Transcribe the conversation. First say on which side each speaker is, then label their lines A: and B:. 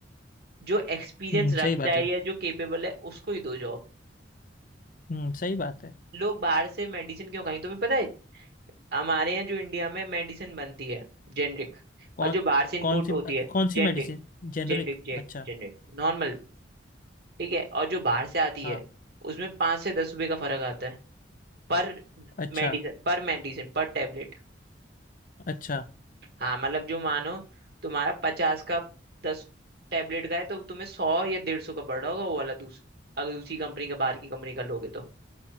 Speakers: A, on the right; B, on the left.
A: जो एक्सपीरियंस
B: हम्म
A: रखता
B: सही बात
A: है
B: है
A: या जो केपेबल है उसको ही दो जॉब
B: हम्म सही बात है
A: लोग बाहर से मेडिसिन क्यों खाएं तुम्हें पता है हमारे यहाँ जो इंडिया में मेडिसिन बनती है जेनरिक
B: कौन
A: और जो बाहर से इंपोर्ट
B: कौन सी
A: होती है
B: कौन
A: जेनरिक
B: सी मेडिसिन जेनरिक
A: जेनरिक जेक
B: अच्छा
A: जेनरिक नॉर्मल ठीक है और जो बाहर से आती
B: हाँ
A: है उसमें पाँच से दस रुपए का फर्क आता है पर
B: अच्छा
A: मेडिसिन पर मेडिसिन पर टेबलेट
B: अच्छा
A: हाँ मतलब जो मानो तुम्हारा पचास का दस टेबलेट का है तो तुम्हें सौ या डेढ़ सौ का पड़ रहा होगा वो वाला दूस अगर दूसरी कंपनी का बाहर की कंपनी का लोगे तो